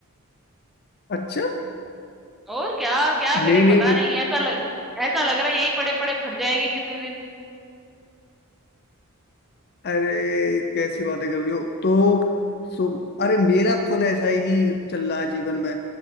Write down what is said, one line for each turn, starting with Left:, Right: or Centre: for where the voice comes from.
Left: अच्छा
Centre: और क्या क्या
Left: नहीं
Centre: करे
Left: नहीं
Centre: पता नहीं ऐसा लग ऐसा लग रहा है यहीं पड़े पड़े फट जाएंगे किसी दिन
Left: अरे कैसी बातें कर रही हो तो सो अरे मेरा खुद ऐसा ही चल रहा है जीवन में